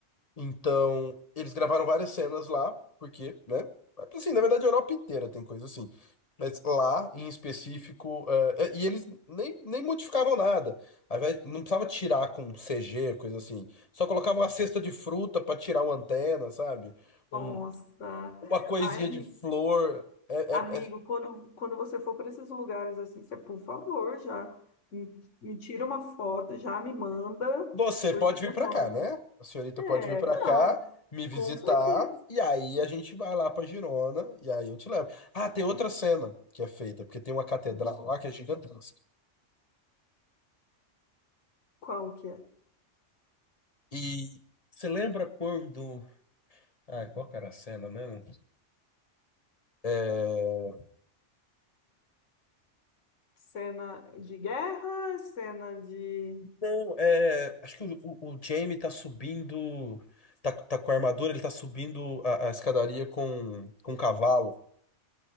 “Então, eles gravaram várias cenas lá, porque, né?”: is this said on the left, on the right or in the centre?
Left